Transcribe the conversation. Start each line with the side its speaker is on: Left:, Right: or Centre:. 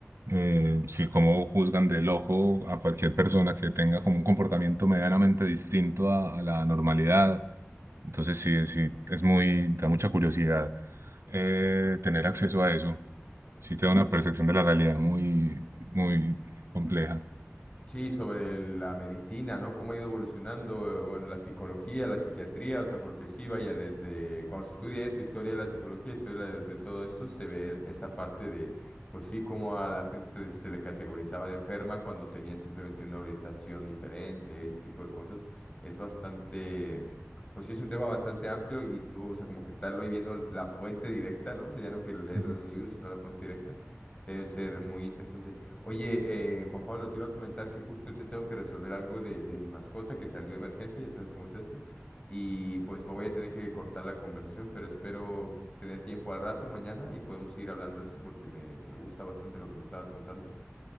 Right: eh, si cómo juzgan de loco a cualquier persona que tenga como un comportamiento medianamente distinto a, a la normalidad. Entonces sí, sí, es muy, da mucha curiosidad eh, tener acceso a eso. Sí te da una percepción de la realidad muy, muy compleja.
Left: Sí, sobre el- la medicina, ¿no? Cómo ha ido evolucionando, eh, bueno, la psicología, la psiquiatría, o sea, porque sí, vaya, desde cuando se estudia eso, historia de la psicología, historia de, de todo esto, se ve esa parte de, pues sí, cómo a la gente se, se le categorizaba de enferma cuando tenían simplemente una orientación diferente, ese tipo de cosas. Es bastante, pues sí, es un tema bastante amplio y tú, o sea, como que estarlo ahí viendo la fuente directa, ¿no? O sea, ya no que leerlo
Right: Ujú.
Left: en un libro, sino la fuente directa, debe ser muy interesante. Oye, eh, Juan Pablo, te iba a comentar que justo ahorita tengo que resolver algo de, de mi mascota que salió emergente, ya sabes cómo es esto, y pues voy a tener que cortar la conversación, pero espero tener tiempo al rato mañana y podemos seguir hablando de esto porque me, me gusta bastante lo que me estabas contando.